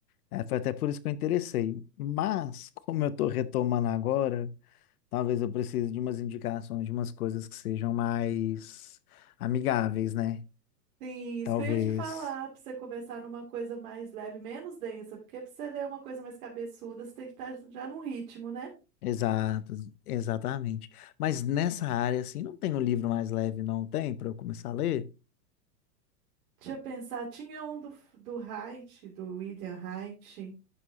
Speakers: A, on the left; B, on the right.
A: É, foi até por isso que eu interessei. Mas, <laughs> como eu estou retomando agora, talvez eu precise de umas indicações, de umas coisas que sejam mais amigáveis, né?
B: Sim, isso
A: Talvez.
B: que eu ia te falar, pra você começar numa coisa mais leve, menos densa, porque pra você ler uma coisa mais cabeçuda, você tem que estar já num ritmo, né?
A: Exato, exatamente. Mas nessa área, assim, não tem um livro mais leve, não tem, para eu começar a ler?
B: Deixa eu pensar, tinha um do, do Haidt, do William Haidt,